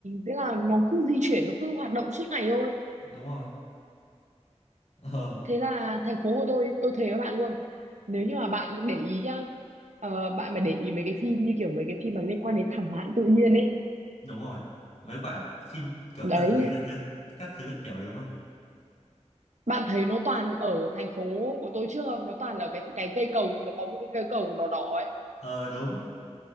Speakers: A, on the right; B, on the left.
A: thế là nó cứ di chuyển nó cứ hoạt động suốt ngày thôi
B: đúng rồi ờ
A: thế là thành phố của tôi tôi thề với bạn luôn nếu như mà bạn để ý nhá ờ, bạn mà để ý mấy cái phim như kiểu mấy cái phim mà liên quan đến thảm họa tự nhiên ấy
B: đúng rồi mấy quả phim kiểu
A: đấy
B: tận thế các thứ các thứ kiểu ấy đúng không
A: bạn thấy nó toàn ở thành phố của tôi trước không nó toàn là cái cái cây cầu nó có một cái cây cầu đỏ đỏ ấy
B: ờ đúng